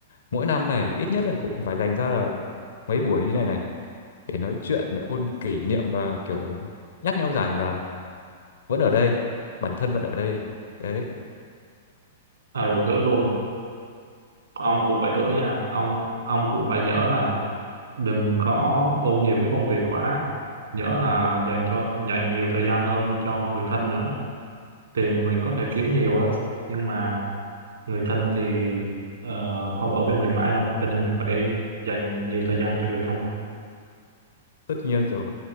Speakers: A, on the left; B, on the right.
A: mỗi năm này ít nhất là cũng phải dành ra là mấy buổi như này này để nói chuyện ôn kỷ niệm và kiểu nhắc nhau rằng là vẫn ở đây bản thân vẫn ở đây đấy
B: ờ hứa luôn ông cũng phải hứa nha ông ông cũng phải nhớ là đừng có ôm nhiều cái công việc quá nhỡ là dành cho dành nhiều thời gian hơn cho người thân nữa tiền mình có thể kiếm nhiều á nhưng mà người thân thì ờ, không ở bên mình mãi đâu cho nên mình phải dành nhiều thời gian cho người thân thôi
A: tất nhiên rồi